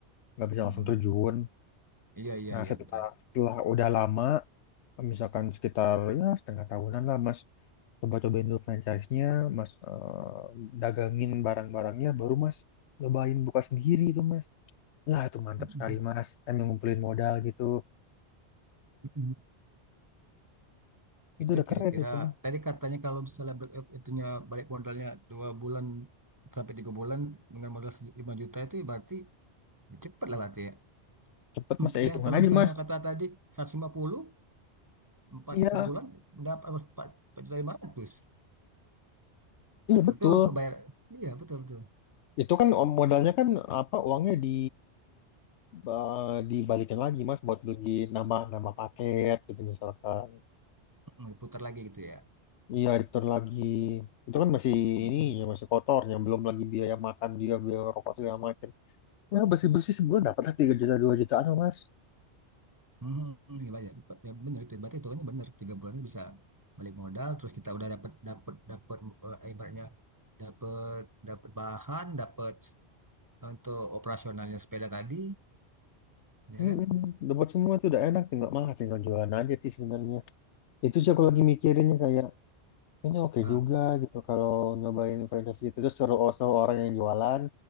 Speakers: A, on the left (about 85°); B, on the right (about 20°).
A: nggak bisa langsung
B: Mm-mm.
A: terjun.
B: Iya iya
A: Nah
B: iya
A: setelah
B: betul.
A: setelah udah lama, misalkan sekitar ya setengah tahunan lah Mas, coba cobain dulu franchise-nya, Mas eh, dagangin barang-barangnya, baru Mas cobain buka sendiri itu Mas. Lah itu mantap
B: Mm-mm.
A: sekali Mas, kan ngumpulin modal gitu,
B: Mm-mm.
A: itu
B: Itu
A: udah
B: kira-kira
A: keren itu. Mas.
B: tadi katanya kalau misalnya balik- itunya balik modalnya dua bulan sampai tiga bulan dengan modal se- 5 juta itu berarti Ya, Cepet lah berarti ya.
A: Cepet
B: <clears throat>
A: Mas, ya hitungan
B: Ya kalau
A: aja
B: misalnya
A: Mas.
B: kata tadi 150 empat
A: Iya,
B: sebulan dapat 4 4 lima ratus
A: iya betul.
B: Itu untuk bayar. Iya betul betul.
A: Itu kan modalnya kan apa uangnya di ba- dibalikin lagi Mas buat beli nama nama paket gitu misalkan.
B: Hmm, Diputar lagi gitu ya.
A: Iya, return lagi. Itu kan masih
B: Hmm,
A: ini ya masih kotor yang belum lagi biaya makan dia biaya rokok segala macam. Ya bersih-bersih sebulan dapat lah 3 juta 2 jutaan loh, Mas.
B: hmm, hmm, iya bayar. Ya, benar itu. Berarti itu kan benar. Tiga bulan bisa balik modal. Terus kita udah dapat dapat dapat eh, ibaratnya dapat dapat bahan, dapat untuk operasionalnya sepeda tadi, ya
A: Mm-mm.
B: kan?
A: Dapat semua tuh udah enak tinggal mah tinggal jualan aja sih sebenarnya. Itu sih aku lagi mikirinnya kayak Ini oke
B: Ah,
A: juga gitu kalau nyobain franchise gitu terus suruh oh, suruh orang yang jualan